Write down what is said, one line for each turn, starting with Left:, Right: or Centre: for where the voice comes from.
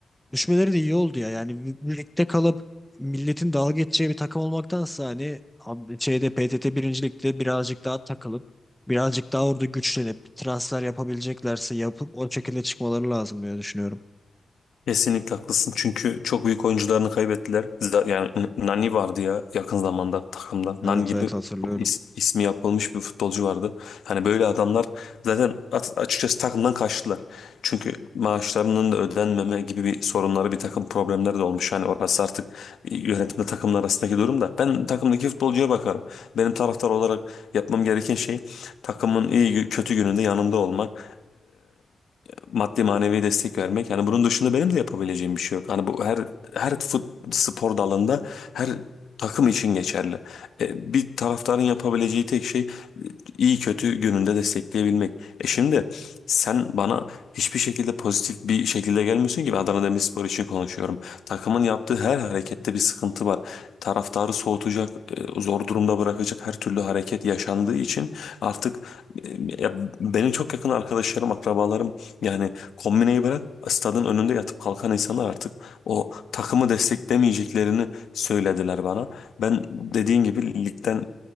Centre: Düşmeleri de iyi oldu ya. Yani bir- birlikte kalıp milletin dalga geçeceği bir takım olmaktansa hani ab- şeyde PTT birincilikte birazcık daha takılıp birazcık daha orada güçlenip transfer yapabileceklerse yapıp o şekilde çıkmaları lazım diye düşünüyorum.
Left: Kesinlikle haklısın çünkü çok büyük oyuncularını kaybettiler. Z- Yani N- Nani vardı ya yakın zamanda takımda. Nani
Centre: Evet
Left: gibi
Centre: evet hatırlıyorum.
Left: çok is- ismi yapılmış bir futbolcu vardı. Hani böyle adamlar zaten at- açıkçası takımdan kaçtılar. Çünkü maaşlarının da ödenmeme gibi bir sorunları bir takım problemleri de olmuş. Yani orası artık e, yönetimle takımın arasındaki durum da. Ben takımdaki futbolcuya bakarım. Benim taraftar olarak yapmam gereken şey takımın iyi gü- kötü gününde yanında olmak maddi manevi destek vermek. Yani bunun dışında benim de yapabileceğim bir şey yok. Hani bu her her fut, spor dalında her takım için geçerli. E, bir taraftarın yapabileceği tek şey e, iyi kötü gününde destekleyebilmek. E şimdi sen bana hiçbir şekilde pozitif bir şekilde gelmiyorsun ki ben Adana Demirspor için konuşuyorum. Takımın yaptığı her harekette bir sıkıntı var. Taraftarı soğutacak, e, zor durumda bırakacak her türlü hareket yaşandığı için artık e, ya benim çok yakın arkadaşlarım, akrabalarım yani kombineyi bırak stadın önünde yatıp kalkan insanlar artık o takımı desteklemeyeceklerini söylediler bana. Ben dediğin gibi ligden